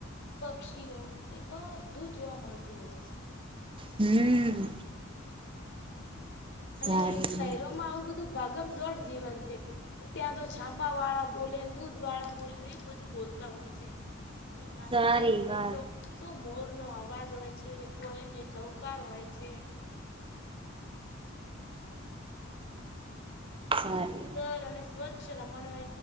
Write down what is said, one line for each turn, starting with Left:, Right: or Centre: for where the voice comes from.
Left: પક્ષીઓ એ બધ ધું જોવા મળતું હોય છે.
Right: હમ્મ સારી
Left: અને શહેરોમાં આવું બધું ભાગમદોડ જીવન છે. ત્યાં તો છાપા વાળા બોલે, ને દૂધ વાળા બોલે, ને એવું બધું બોલતા હોય છે. અને ગામડા
Right: સારી
Left: ની અંદર
Right: વાત
Left: તો શું મોર નો અવાજ હોય છે, કોયલની ટહુકાર હોય છે.
Right: સારી
Left: સુંદર અને સ્વચ્છ રમણવય